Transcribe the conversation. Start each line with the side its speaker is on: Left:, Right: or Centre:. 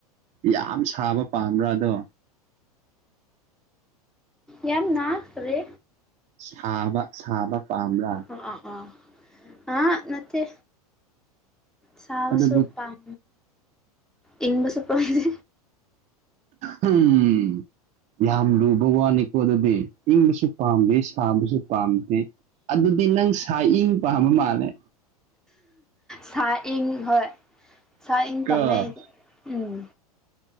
Right: ꯌꯥꯝ ꯁꯥꯕ ꯄꯥꯝꯕ꯭ꯔꯥ ꯑꯗꯣ
Centre: ꯌꯥꯝꯅ ꯀꯔꯤ
Right: ꯁꯥꯕ ꯁꯥꯕ ꯄꯥꯝꯕ꯭ꯔꯥ
Centre: ꯑꯣ ꯑ ꯑꯣ ꯑ ꯅꯠꯇꯦ ꯆꯕꯁꯨ
Right: ꯑꯗꯨꯗꯤ
Centre: ꯄꯝ ꯑ ꯏꯪꯕꯁꯨ ꯄꯝꯇꯦ
Right: ꯎꯝ <inaudible> ꯌꯥꯝ ꯂꯨꯕ ꯋꯥꯅꯤꯀꯣ ꯑꯗꯨꯗꯤ ꯏꯪꯕꯁꯨ ꯄꯥꯝꯗꯦ ꯁꯥꯕꯁꯨ ꯄꯥꯝꯗꯦ ꯑꯗꯨꯗꯤ ꯅꯪ ꯁꯥ ꯏꯪ ꯄꯥꯝꯕ ꯃꯥꯜꯂꯦ
Centre: ꯁꯥ ꯏꯪ ꯍꯣꯏ ꯁꯥ ꯏꯪ
Right: ꯀꯣ
Centre: ꯄꯥꯝꯃꯦ ꯎꯝ